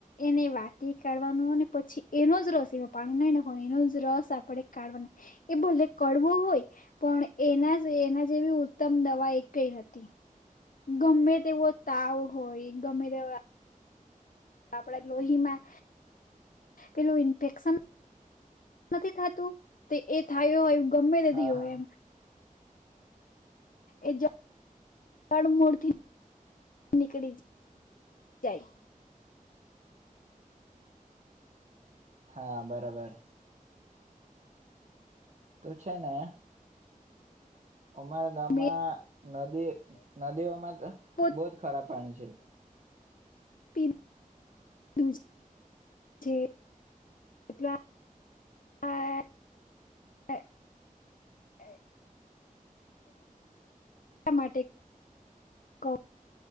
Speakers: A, on the left; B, on the right.
A: એને વાટી કાઢવાનું અને પછી એનો જ રસ એમાં પાણી નહી નાખવા એનો જ રસ આપણે કાઢવાનો એ ભલે કડવો હોય પણ એના એના જેવી ઉત્તમ દવા એ કઈ નથી. ગમે તેવો તાવ હોય ગમે તે આપડા લોહી માં. પેલું ઇન્ફેક્શન. નથી થતું એ થયું હોય. ગમે નથી
B: હા
A: હોય
B: હા
A: એમ. એ જડમૂળ થી નીકળી જાય.
B: હા, બરાબર. તો છે ને. અમારા ગામમાં.
A: મેં
B: નદી નદીઓમાં તો
A: પોતે
B: બહુ ખરા પાણી છે.
A: <unintelligible> એ માટે કવ